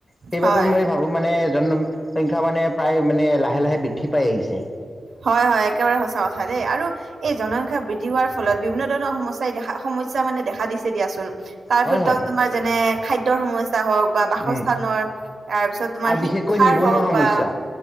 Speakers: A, on the left (about 20°); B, on the right (about 80°).
A: সেইবাবে
B: হয়
A: মই ভাবোঁ মানে জনসংখ্যা মানে প্ৰায় মানে লাহে- লাহে বৃদ্ধি পাই আহিছে।
B: হয় -হয় একেবাৰে সঁচা কথা দেই আৰু এই জনসংখ্যা বৃদ্ধি হোৱাৰ ফলত বিভিন্ন ধৰণৰ সমস্যাই সমস্যা মানে দেখা দিছে দিয়াচোন। তাৰ
A: হয়
B: ভিতৰত
A: হয়
B: তোমাৰ যেনে খাদ্যৰ সমস্যা, হওক বা বাসস্থানৰ
A: উম
B: তাৰপিছত তোমাৰ
A: আৰু বিশেষকৈ
B: শিক্ষাৰ
A: নিবনুৱা
B: হওক
A: সমস্যা
B: বা